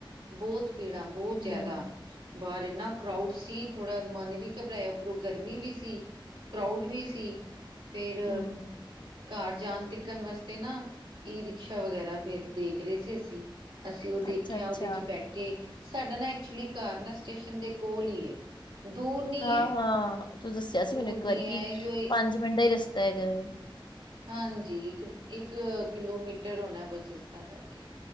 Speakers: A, on the right; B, on the left.
A: ਬਹੁਤ ਭੀੜਾਂ, ਬਹੁਤ ਜ਼ਿਆਦਾ।
B: ਹੂੰ,
A: ਬਾਹਰ ਇੰਨਾ ਕਰਾਊਡ ਸੀ ਥੋੜਾ ਮਨ ਵੀ ਘਬਰਾਇਆ ਉੱਪਰੋਂ ਗਰਮੀ ਵੀ ਸੀ। ਕਰਾਊਡ ਵੀ ਸੀ। ਫੇਰ
B: ਹੂੰ।
A: ਘਰ ਜਾਣ ਟਿੱਕਣ ਵਾਸਤੇ ਨਾ, ਈ ਰਿਕਸ਼ਾ ਵਗੈਰਾ ਫ਼ਿਰ ਦੇਖ ਰਹੇ ਸੀ ਅਸੀਂ। ਅਸੀਂ ਉਹ ਦੇਖਿਆ,
B: ਅੱਛਾ-ਅੱਛਾ,
A: ਉਹਦੇ ਚ' ਬੈਠੇ, ਸਾਡਾ ਨਾ ਐਕਚੁਲੀ ਘਰ ਨਾ ਸਟੇਸ਼ਨ ਦੇ ਕੋਲ ਹੀ ਹੈ। ਦੂਰ ਨੀ
B: ਹਾਂ-
A: ਹੈ
B: ਹਾਂ। ਤੁਸੀ ਦੱਸਿਆ ਸੀ
A: ਦੂਰ
B: ਮੈਨੂੰ ਇੱਕ
A: ਨੀ
B: ਵਾਰੀ,
A: ਹੈ
B: ਕਿ
A: ਇਓ
B: ਪੰਜ ਮਿੰਟ ਦਾ ਹੀ ਰਸਤਾ ਹੈਗਾ ਵੈ।
A: ਹਾਂਜੀ। ਇੱਕ- ਇੱਕ ਕਿਲੋਮੀਟਰ ਹੋਣਾ ਬਸ ਇਸ ਤਰ੍ਹਾਂ ਕਰਕੇ।